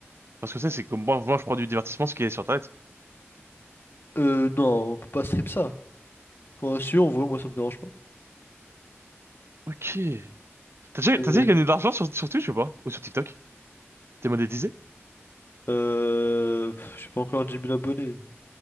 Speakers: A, on the right (about 60°); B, on the left (about 55°).
A: Parce que tu sais, c'est comme moi, moi, je prends du divertissement, ce qui est sur Internet.
B: Euh, non, on peut pas stream ça. Enfin, si on voit, moi ça me dérange pas.
A: Ok. T'as déjà,
B: Mais,
A: t'as déjà gagné de l'argent sur, sur Twitch ou pas? Ou sur TikTok? T'es monétisé?
B: euh, pff, j'ai pas encore dix mille abonnés.